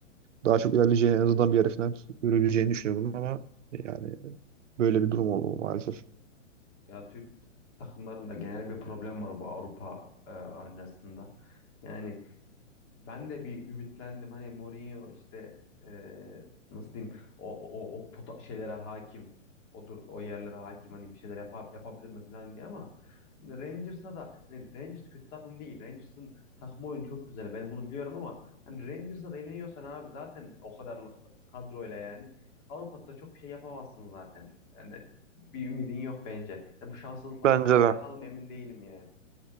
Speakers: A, on the right; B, on the left.
A: daha çok ilerleyeceğini en azından bir yarı final yürüyeceğini düşünüyordum ama yani böyle bir durum oldu maalesef.
B: Ya Türk takımlarında genel bir problem var bu Avrupa e, arenasında. Yani Ben de bir ümitlendim. Hani Mourinho işte eee, nasıl diyeyim o o o pota- şeylere hakim. O dur o yerlere hakim hani bir şeyler yapar, yapabilir mi falan diye ama hani Rangers'a da hani Rangers kötü takım değil. Rangers'ın takım oyunu çok güzel. Ben bunu biliyorum ama hani Rangers'a da eğleniyorsan abi zaten o kadarlık kadroyla yani Avrupa'da da çok bir şey yapamazsın zaten. Yani bir ümidin yok bence. Yani bu şanssızlıkla
A: Bence
B: falan alakalı
A: de.
B: mı emin değilim yani.